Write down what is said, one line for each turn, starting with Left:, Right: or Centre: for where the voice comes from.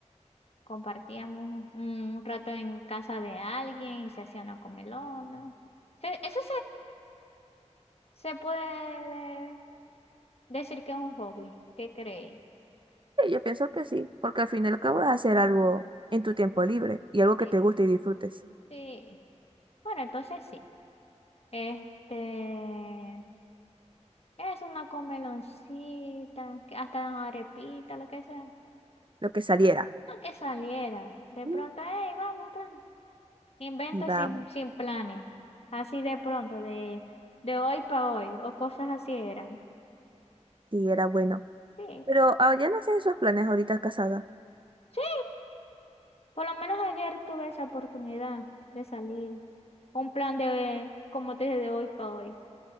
Left: compartíamos un rato en casa de alguien y se hacía una comelona. Se- Eso se, se puede decir que es un hobby. ¿Qué creéis?
Right: Sí, yo pienso que sí, porque al fin y al cabo es hacer algo en tu tiempo libre y algo
Left: Sí,
Right: que te guste y disfrutes,
Left: sí. Bueno, entonces sí. Este, Es una comeloncita, que hasta arepita, lo que sea.
Right: lo que saliera.
Left: No que saliera. De pronto,
Right: Mm,
Left: hey, vamos, tan. Invento
Right: Y vamos,
Left: sin, sin planes. Así de pronto, de, de hoy para hoy, o cosas así eran.
Right: sí, era bueno.
Left: Sí,
Right: Pero ah, ya no sé esos planes ahorita casada.
Left: sí. Por lo menos ayer tuve esa oportunidad de salir. Un plan de, como te dije, de hoy para hoy.